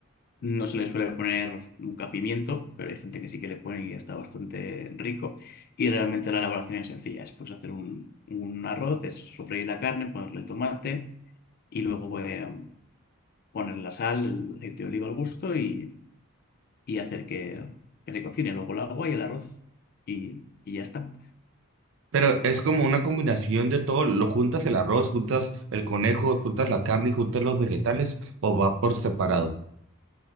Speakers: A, on the left (about 45°); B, on the right (about 60°).
A: no se le suele poner nunca pimiento, pero hay gente que sí que le pone y está bastante rico. Y realmente la elaboración es sencilla. Es pues hacer un, un arroz, es sofreír la carne, ponerle el tomate y luego eh, poner la sal, el aceite de oliva al gusto y, y hacer que, que se cocine. Luego el agua y el arroz y, y ya está.
B: Pero es como una combinación de todo. Lo juntas el arroz, juntas el conejo, juntas la carne y juntas los vegetales, o va por separado.